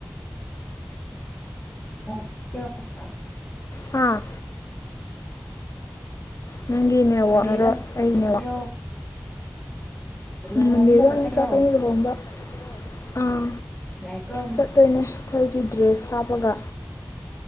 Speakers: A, on the left; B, on the left.
A: ꯀꯔꯤ
B: ꯍꯥꯥ ꯅꯪꯒꯤ ꯅꯦꯠꯋꯥꯛꯂ
A: ꯃꯟꯗꯦꯗ
B: ꯑꯩꯒꯤ
A: ꯆꯠꯀꯦꯔꯣ
B: ꯅꯦꯠꯋꯥꯛꯂ
A: ꯂꯨꯍꯣꯡꯕ
B: ꯃꯟꯗꯦꯗ
A: ꯑꯃꯨꯛꯀ
B: ꯑꯃꯨꯛ
A: ꯆꯠꯀꯦꯔꯣ
B: ꯆꯥꯠꯒꯅꯤ ꯂꯧꯍꯣꯡꯕ ꯑꯥ
A: ꯌꯥꯏꯀꯣ ꯃꯤ
B: ꯆꯠꯇꯣꯏꯅꯦ ꯑꯩꯈꯣꯏꯒꯤ ꯗ꯭ꯔꯦꯁ ꯍꯥꯞꯄꯒ